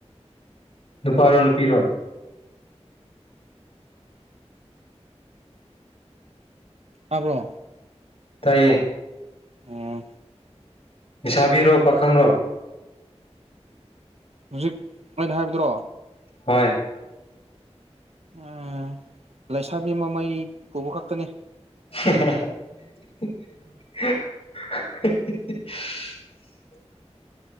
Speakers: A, on the left; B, on the right.
A: ꯅꯨꯄꯥꯔꯣ ꯅꯨꯄꯤꯔꯣ
B: ꯃꯥꯕ꯭ꯂꯣ
A: ꯇꯥꯏꯌꯦ
B: ꯑꯣ
A: ꯁꯥꯕꯤꯔꯣ ꯄꯥꯈꯪꯔꯣ
B: ꯍꯧꯖꯤꯛ ꯑꯩꯅ ꯍꯥꯏꯕꯗꯨ꯭ꯔꯣ
A: ꯍꯣꯏ
B: ꯎꯝ ꯂꯩꯁꯥꯕꯤ ꯃꯃꯩ ꯄꯨꯕ ꯈꯛꯇꯅꯤ
A: <inaudible> <inaudible> <inaudible>